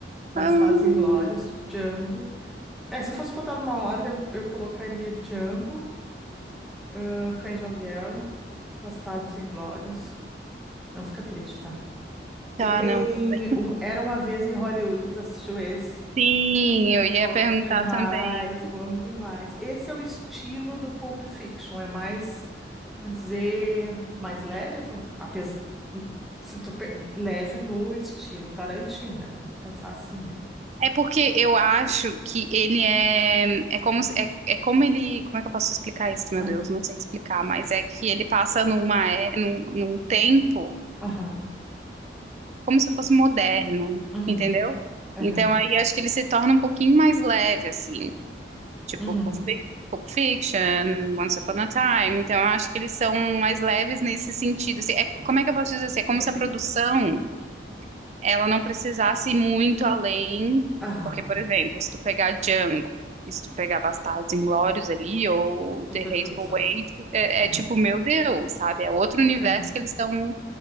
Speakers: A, in the centre; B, on the right.
A: Bastardos
B: ahn,
A: Inglórios, Django. É, se eu fosse botar numa ordem, eu eu colocaria Django, ah, Cães de Aluguel, Bastardos Inglórios. Não fica triste, tá?
B: Tá,
A: E tem
B: não, tudo bem.
A: um- Era Uma Vez em Hollywood, tu assistiu esse?
B: Sim, eu ia
A: Bom
B: perguntar
A: demais,
B: também.
A: bom demais. Esse é o estilo do Pulp Fiction, é mais vamos dizer mais leve, vamos- apes- se tu pe- leve no estilo Tarantino, né? Vamos pensar assim, né?
B: É porque eu acho que ele é. É como, se- é, é como ele. Como é que eu posso explicar isso, meu
A: Ah,
B: Deus? Não sei explicar, mas é que ele passa numa, é- num, num tempo.
A: Aham,
B: como se fosse moderno,
A: uhum,
B: entendeu?
A: aham,
B: Então aí acho que ele se torna um pouquinho mais leve, assim, tipo
A: uhum.
B: Pulp, Fi- Pulp Fiction, Once Upon a Time. Então eu acho que eles são mais leves nesse sentido. assim. É,
A: É.
B: como é que eu posso dizer assim? É como
A: E tem
B: se a
A: que.
B: produção ela não precisasse ir muito além,
A: Aham,
B: porque, por exemplo, se tu pegar Django. e Se tu pegar Bastardos Inglórios ali, ou
A: superprodução.
B: The Hateful Eight, é,
A: É,
B: é tipo, meu Deus, sabe? É outro universo
A: é,
B: que eles estão